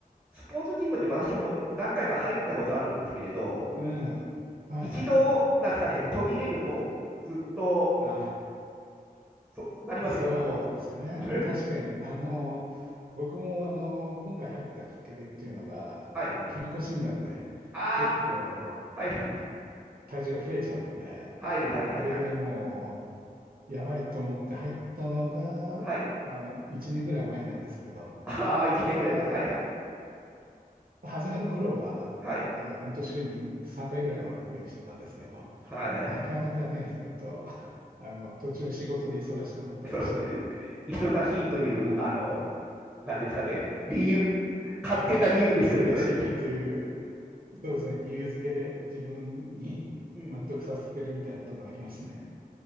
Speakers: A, in the centre; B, on the right.
A: スポーツチームって私も何回か入ったことあるんですけれど、
B: うん。はいはい。
A: 一度、なんですかね、途切れると、ずっと、
B: あ、
A: そ、なりませんか
B: そうですね。
A: <laughs>
B: 確かに、あの、僕も、あの、今回入ったきっかけっていうのが、
A: はい。
B: あの、健康診断で結構
A: ああ、はいはい。
B: 体重が増えちゃって、
A: はいはいはいはい。
B: それでもう、やばいと思って入ったのが、
A: はい。
B: あの、1年ぐらい前なんですけど、
A: ああ、1年ぐらい前。
B: ただ、
A: はいはい。
B: 初めの頃は、
A: はい。
B: あの、本当週に3回ぐらいは行くようにしてたんですけど、
A: はいはいはい。
B: なかなかね、ちょっと、あの、途中仕事で忙しくなったりして、
A: そうですね。忙しいという、
B: うん
A: あの、なんですかね。理由、勝手な理由ですよね、
B: 忙しいという、
A: それ。
B: そうですね、理由付けで自分に納得させてるみたいなとこありますね。
A: うん。